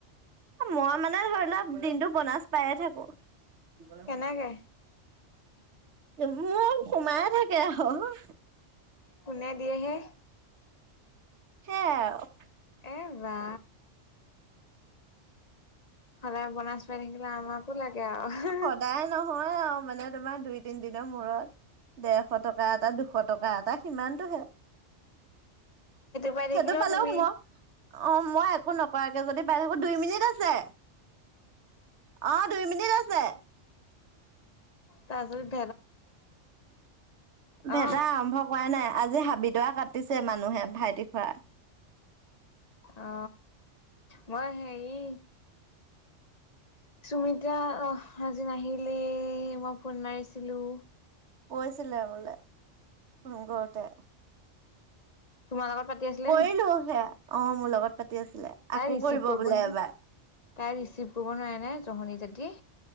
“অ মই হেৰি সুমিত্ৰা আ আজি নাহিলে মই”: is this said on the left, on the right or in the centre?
Left